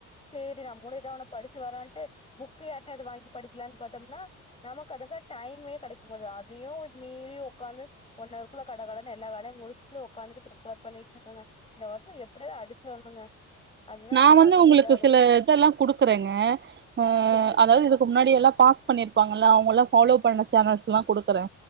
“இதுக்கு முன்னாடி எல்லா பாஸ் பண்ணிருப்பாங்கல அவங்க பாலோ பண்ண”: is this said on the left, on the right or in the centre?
Right